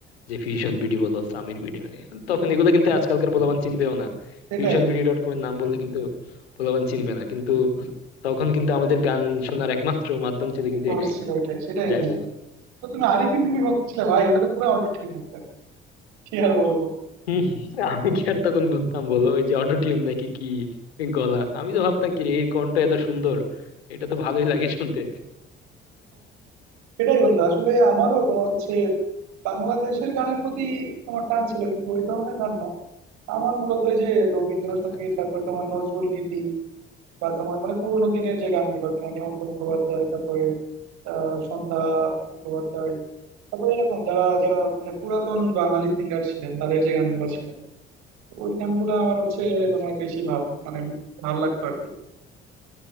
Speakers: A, on the left; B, on the right.
A: যে ফিউশন বিডি বলো সামির বিডি মানে তখন এগুলো কিন্তু আজকালকার পোলাপান চিনবেও না
B: সেটাই
A: ফিউশন
B: <laughs>
A: বিডি ডট কম এর নাম বললে কিন্তু পোলাপান চিনবে না কিন্তু তখন কিন্তু আমাদের গান শোনার একমাত্র মাধ্যম ছিল কিন্তু
B: সোর্স
A: এটাই
B: ছিল ওইটাই সেটাই
A: যাই
B: বন্ধু
A: বলো
B: তো তুমি আরিফিন রুমির ভক্ত ছিলে ভাই ওটা তো পুরো অটো টিউন একটা কি আর বলবো
A: হুম, আমি কি আর তখন বুঝতাম বলো ওই যে অটোটিউন নাকি কি গলা আমি তো ভাবতাম কি রে এর কণ্ঠ এত সুন্দর এটা তো ভালোই লাগে শুনতে
B: সেটাই বন্ধু আসলে আমারও তোমার হচ্ছে বাংলাদেশের গানের প্রতি তোমার টান ছিল কিন্তু ওই ধরনের গান না আমার মূলত এই যে রবীন্দ্রসঙ্গীত
A: আচ্ছা আচ্ছা
B: তারপরে তোমার নজরুল গীতি বা তোমার মানে পুরোনো দিনের যে গানগুলো তোমার হেমন্ত মুখোপাধ্যায় তারপরে আহ সন্ধ্যা মুখোপাধ্যায় তারপরে এরকম যারা যারা মানে পুরাতন বাঙালি সিঙ্গার ছিলেন তাদের যে গানগুলো ছিল ওই গানগুলো আমার হচ্ছে
A: আচ্ছা আচ্ছা
B: তোমার বেশি ভাব মানে ভালো লাগতো আর কি